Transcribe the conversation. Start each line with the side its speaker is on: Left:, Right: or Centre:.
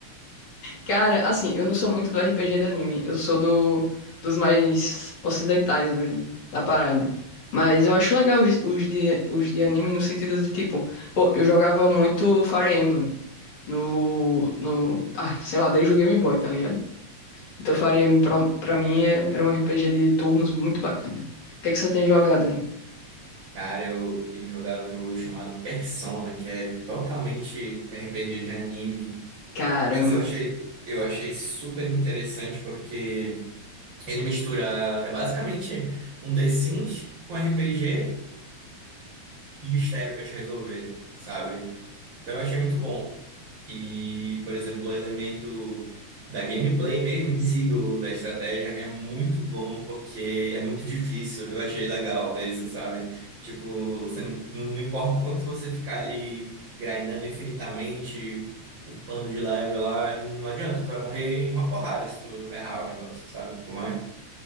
Left: Cara, assim, eu não sou muito do RPG de anime. Eu sou do, dos mais ocidentais mesmo, da parada. Mas eu acho legal os, os de, os de anime no sentido de, tipo... Pô, eu jogava muito Fire Emblem no, no, ah, sei lá, desde o Game Boy, tá ligado? Então, Fire Emblem pra, pra mim é- era um RPG de turnos muito bacana. O que é que você tem jogado aí?
Right: Cara, eu tenho jogado um jogo chamado Persona, que é totalmente RPG de anime.
Left: Caramba.
Right: Mas eu achei, eu achei super interessante porque ele mistura, é basicamente um The Sims com RPG e mistério pra te resolver, sabe? Então eu achei muito bom. E, por exemplo, o elemento da gameplay mesmo em si, do, da estratégia, é muito bom porque é muito difícil. Eu achei legal isso, sabe? Tipo, você não, não importa o quanto você ficar ali grindando infinitamente, upando de level lá, não adianta, tu vai morrer em uma porrada se tu errar o negócio, sabe? Como é?